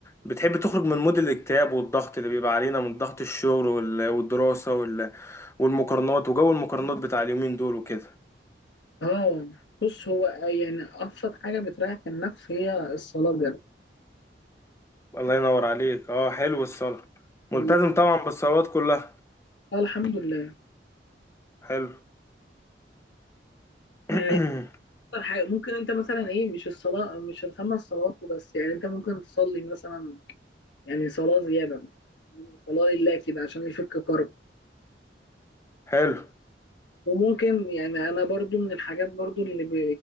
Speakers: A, on the left (about 15°); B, on the left (about 80°).
A: بتحب تخرج من مود الاكتئاب والضغط اللي بيبقى علينا من ضغط الشغل وال- والدراسة وال- والمقارنات وجو المقارنات بتاع اليومين دول وكده
B: اه بص هو آه، يعني ابسط حاجه بتريح النفس هي الصلاه بجد
A: الله ينور عليك اه حلو الصلاة ملتزم
B: والله
A: طبعا بالصلوات كلها
B: آه، الحمد لله
A: حلو <clears throat>
B: فهي اكتر حاجه ممكن انت مثلا ايه مش الصلاه مش الخمس صلوات وبس يعني انت ممكن تصلي مثلا يعني صلاه زياده مثلا صلاه لله كده عشان يفك كرب
A: حلو
B: وممكن يعني انا برضو من الحاجات برضو اللي ب-